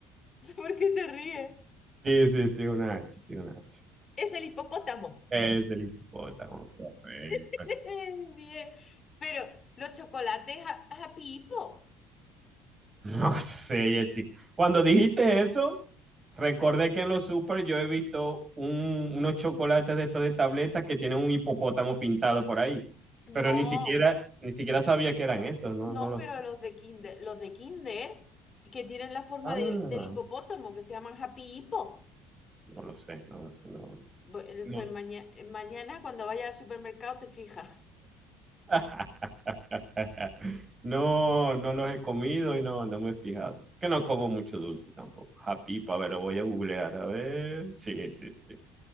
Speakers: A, on the left; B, on the right.
A: <laughs> ¿Por qué te ríes?
B: Sí, sí, sí, una H, sí, una H.
A: Es el hipopótamo.
B: Es el hipopótamo. correcto.
A: <laughs> Bien. Pero los chocolates a, a Pipo.
B: No sé, Jessica. Cuando dijiste eso, recordé que en los super yo he visto un- unos chocolates de estos de tabletas que tienen un hipopótamo pintado por ahí.
A: No.
B: Pero ni siquiera, ni siquiera sabía que eran esos, no,
A: No,
B: no lo
A: pero
B: sé.
A: los de Kinder, los de Kinder, que tienen la forma
B: Ah,
A: del
B: no
A: del hipopótamo, que se llaman Happy Hippo.
B: lo sé, no lo sé, no.
A: Bu- el-
B: No,
A: Pues maña- eh, mañana cuando vayas al supermercado te fijas.
B: <laughs> no, no los he comido y no, no me he fijado. Que no como mucho dulce tampoco. Japipo, a ver, lo voy a googlear, a ver. Sí, sí, sí.